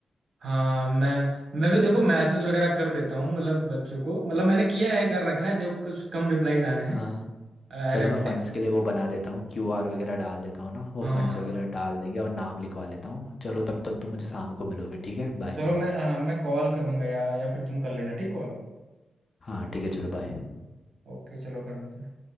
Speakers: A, on the right; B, on the left.
A: हाँ मैं मैं भी देखो मैसेज वगैरह कर देता हूँ मतलब बच्चों को मतलब मैंने किया है कर रखा है देखो कुछ कम रिप्लाईज आए
B: हाँ
A: हैं
B: चलो
A: अरे भाई,
B: मैं फंड्स के लिए वो बना देता हूँ क्यू आर वगैरह डाल देता हूँ ना वो
A: हाँ
B: फंड्स वगैरह डाल देंगे और नाम लिखवा लेता हूँ चलो तब तक तू मुझे शाम को मिलो फिर ठीक है बाय
A: चलो मैं अ, मैं कॉल करूंगा या या फिर तुम कर लेना ठीक कॉल
B: हाँ ठीक है चलो बाय
A: ओके चलो करते हैं